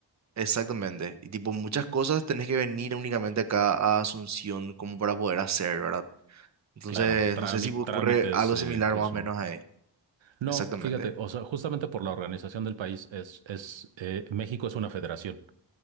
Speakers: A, on the right (about 40°); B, on the right (about 80°).
A: exactamente. Y tipo, muchas cosas tenés que venir únicamente acá a Asunción como para poder hacer, ¿verdad? Entonces,
B: Claro, trámi-
A: no sé si ocurre
B: trámites
A: algo
B: eh,
A: similar
B: incluso.
A: más o menos ahí.
B: No,
A: Exactamente.
B: fíjate, o sea, justamente por la organización del país es, es eh, México es una federación.